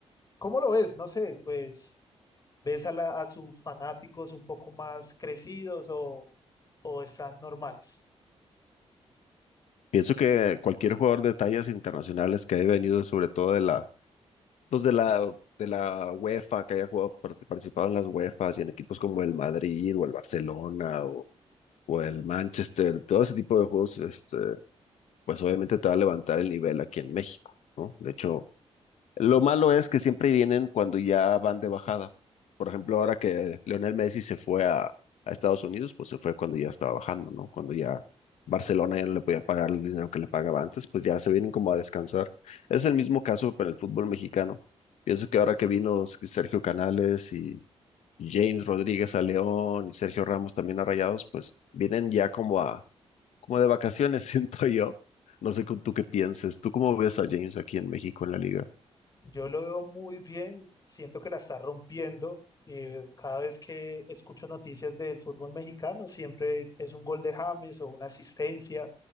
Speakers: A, on the left; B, on the left.
A: ¿cómo lo ves? No sé, pues ¿Ves a, la- a sus fanáticos un poco más crecidos o, o están normales?
B: Pienso que cualquier jugador de tallas internacionales que haya venido, sobre todo de la los de la, de la UEFA, que haya jugado, parte- participado en las UEFAs y en equipos como el Madrid o el Barcelona o, o el Manchester, todo ese tipo de juegos, este, pues obviamente te va a levantar el nivel aquí en México, ¿no? De hecho, lo malo es que siempre vienen cuando ya van de bajada. Por ejemplo, ahora que Lionel Messi se fue a, a Estados Unidos, pues se fue cuando ya estaba bajando, ¿no? Cuando ya Barcelona ya no le podía pagar el dinero que le pagaba antes, pues ya se vienen como a descansar. Es el mismo caso para el fútbol mexicano. Pienso que ahora que vino Sergio Canales y James Rodríguez a León y Sergio Ramos también a Rayados, pues vienen ya como a, como de vacaciones, <laughs> siento yo. No sé cu- tú qué pienses. ¿Tú cómo ves a James aquí en México en la liga?
A: Yo lo veo muy bien, siento que la está rompiendo. eh, cada vez que escucho noticias del fútbol mexicano, siempre es un gol de James o una asistencia.